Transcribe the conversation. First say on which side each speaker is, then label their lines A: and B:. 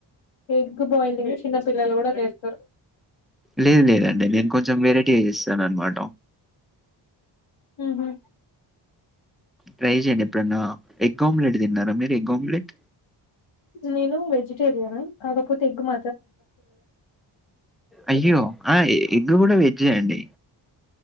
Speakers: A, on the left (about 85°); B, in the centre.
A: ఎగ్ బాయిలింగ్ చిన్న పిల్లలు కూడా చేస్తారు
B: లేదు లేదండి నేను కొంచెం వెరైటీ చేస్తాను అనమాట
A: ఊ హ్మ్
B: ట్రై చేయండి ఎప్పుడన్నా ఎగ్ ఆమ్లెట్ తిన్నారా మీరు ఎగ్ ఆమ్లెట్
A: నేను వెజిటేరియన్ కాకపోతే ఎగ్గుమ
B: అయ్యో ఆ ఎగ్ కూడా వెజ అండి